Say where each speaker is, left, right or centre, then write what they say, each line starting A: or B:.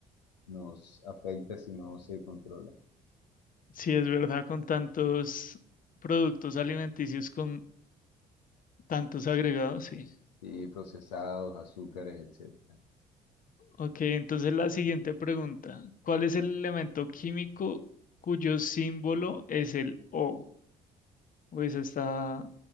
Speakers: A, on the left (about 80°); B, on the left (about 40°).
A: nos afecta si no se controla.
B: Sí, es verdad, con tantos productos alimenticios, con tantos agregados, sí.
A: Sí, procesados, azúcares, etcétera.
B: Ok, entonces la siguiente pregunta. ¿Cuál es el elemento químico cuyo símbolo es el O? Pues está